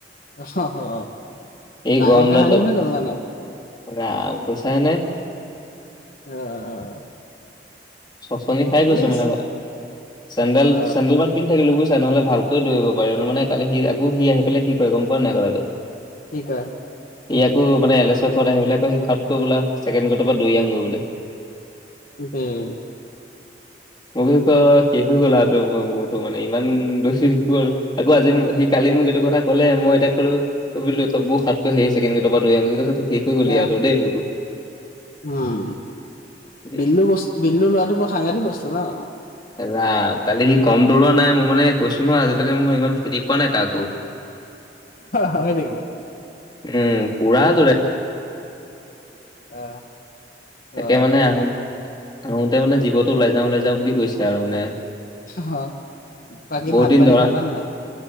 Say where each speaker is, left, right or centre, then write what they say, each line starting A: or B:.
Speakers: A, on the left; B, on the left.
A: অ অ
B: এই
A: ডাঙৰ
B: গৰম
A: কাহানী
B: দালত
A: হৈ গ'ল মানে।
B: ৰাম কৈছাই নে।
A: অ'অ'অ'অ'।
B: চচনি খাই গৈছোঁ
A: আছে
B: মানে তাই, চেণ্ডেল
A: অ
B: চেণ্ডেল পাত <unintelligible> থাকিলো বুজিছা নহ'লে ভালকৈ দৌৰিব পাৰি মানে কালি সি আকৌ সি আহি পেলে কি কৰে গ'ম পোৱা নাই পোৱা
A: কি কয়?
B: সি আকৌ মানে এলচৰ ঘৰত আহি পেলাই কৈ সি সাউতকৈ বোলে ছেকেণ্ড গেটৰ পৰা দৌৰি আন গৈ বোলে।
A: <unintelligible>
B: মই কৈছো তই শেষ হৈ গ'ল তোৰ মোৰতো মানে ইমান দচি <unintelligible> আকৌ আজি সি কালি মোক এইটো কথা ক'লে মই তাক ক'লো বুলিলো ত মোৰ সাউতকৈ সেই চেকেণ্ড গেটৰ পৰা দৈ আন গৈ কৈছো শেষ হৈ গ'ল
A: আহ
B: ইয়াতো দে মোৰতো।
A: উম
B: উম,
A: বিল্লু বছ বিল্লু ল'ৰাটো বৰ সাংঘতিক বস্তু ন'।
B: ৰাম কালি সি কম দৌৰোৱা নাই মোৰ মানে কৈছো নহয় আজিলৈকে মই ইমান খেদি পোৱা নাই কাকো।
A: হয় নেকি?
B: উম পুৰা দ
A: আহ অ
B: এতিয়া মানে আহোন আহোতে মানে জীৱতো ওলাই যাওঁ ওলাই যাওঁ বুলি কৈছে আৰু মানে।
A: <unintelligible> বাকী
B: বহুত
A: ভাত
B: দিন
A: পানী
B: ধৰা
A: খালানে নাই?